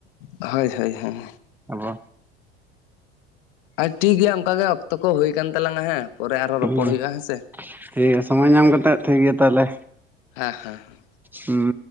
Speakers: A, on the left; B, in the centre.
A: ᱦᱳᱭ ᱦᱳᱭ ᱦᱮᱸ
B: ᱟᱵᱚ
A: ᱟᱨ ᱴᱷᱤᱠ ᱜᱮᱭᱟ ᱚᱱᱠᱟ ᱜᱮ ᱚᱠᱛᱚ ᱠᱚ ᱦᱩᱭᱠᱟᱱ ᱛᱟᱞᱟᱝᱟ ᱦᱮᱸ ᱯᱚᱨᱮ ᱟᱨᱦᱚᱸ
B: ᱦᱮᱸ
A: ᱨᱚᱯᱚᱲ ᱦᱩᱭᱩᱜᱼᱟ ᱥᱮ
B: ᱴᱷᱤᱠᱜᱮᱭᱟ ᱥᱚᱢᱚᱭ ᱧᱟᱢ ᱠᱟᱛᱮᱫ ᱴᱷᱤᱠ ᱜᱮᱭᱟ ᱛᱟᱦᱚᱞᱮ
A: ᱦᱮᱸ ᱦᱮᱸ
B: ᱦᱩᱸ